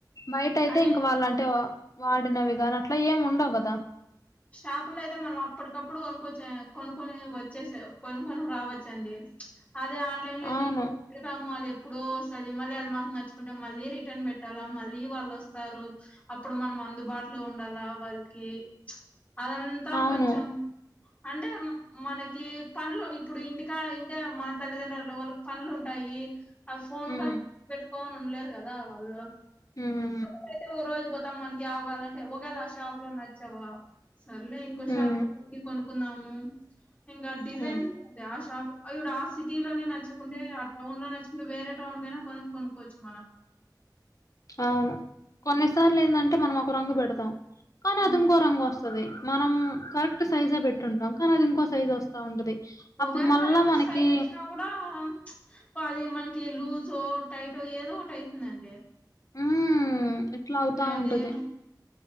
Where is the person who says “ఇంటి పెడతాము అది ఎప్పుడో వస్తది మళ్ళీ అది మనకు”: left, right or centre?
Left